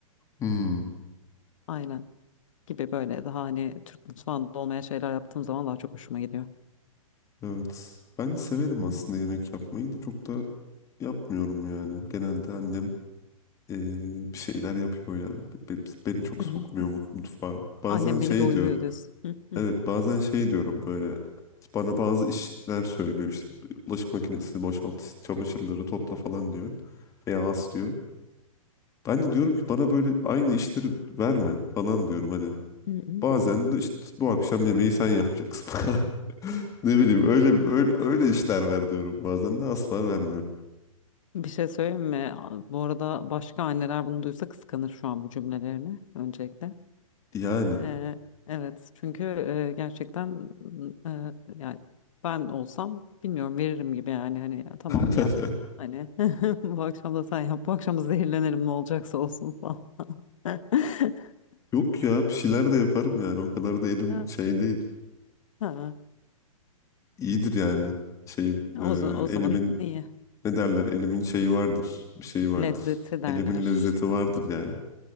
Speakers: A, on the left; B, on the left.
A: Hmm,
B: Aynen gibi böyle daha hani Türk mutfağında olmayan şeyler yaptığım zaman daha çok hoşuma gidiyor.
A: evet. Ben severim
B: Hı
A: aslında
B: hı.
A: yemek yapmayı da çok da yapmıyorum yani. Genelde annem eee, bir şeyler yapıyor yani. Be- be- beni çok
B: Hı
A: sokmuyor
B: hı.
A: mut- mutfağa. Bazen
B: Annem
A: şey
B: beni doyuruyor
A: diyorum.
B: diyorsun. Hı hı.
A: Evet bazen şey diyorum böyle bana bazı işler söylüyor işte bulaşık makinesini boşalt çamaşırları topla falan diyor veya as diyor. Ben de diyorum ki bana böyle aynı işleri verme falan diyorum hani
B: Hı hı.
A: bazen de işte bu akşam yemeği sen yapacaksın <laughs> falan. Ne bileyim öyle öyle öyle işler ver diyorum bazen de asla vermiyor.
B: <laughs> Bir şey söyleyeyim mi? Bu arada başka anneler bunu duysa kıskanır şu an bu cümlelerini öncelikle.
A: Yani
B: Ee, evet çünkü e, gerçekten e, yani ben olsam bilmiyorum veririm gibi yani hani ya tamam
A: <laughs>
B: yap. Hani <laughs> bu akşam da sen yap. Bu akşam da zehirlenelim ne olacaksa olsun falan. <laughs>
A: yok ya bir şeyler de yaparım yani o kadar da elim
B: Ya,
A: şey değil.
B: Ha,
A: İyidir yani şeyim e,
B: o, za- o zaman
A: elimin
B: iyi.
A: Ne derler? Elimin şeyi vardır. Bir şeyi vardır.
B: Lezzeti derler.
A: Elimin lezzeti vardır yani.